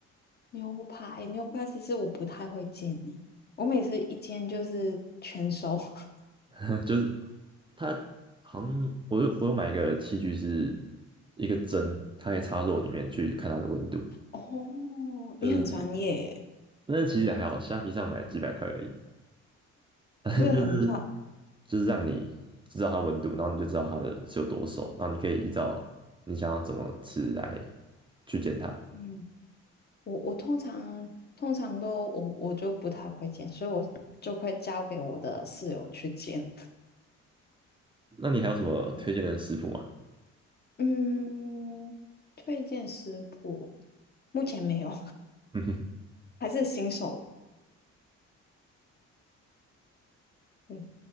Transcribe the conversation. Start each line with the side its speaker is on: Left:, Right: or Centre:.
Left: 牛排。牛排其实我不太会煎呢、我每次一煎就是全熟。<laughs>
Right: <laughs> 就是它好像我有我有买一个器具是一个针，它可以插肉里面去看它的温度，
Left: 哦，
Right: 就是那个
Left: 你很专业耶，
Right: 那其实也还好，虾皮上买几百块而已，<laughs> 但是就是
Left: 就是很专。
Right: 就是让你知道它温度，然后你就知道它的是有多熟，然后你可以依照你想要怎么吃来去煎它。
Left: 嗯，我我通常通常都我我就不太会煎，所以我就会交给我的室友去煎。
Right: 那你还有什么推荐的食谱吗？
Left: <laughs> 嗯，推荐食谱目前没有。
Right: <laughs>
Left: 还是新手，嗯，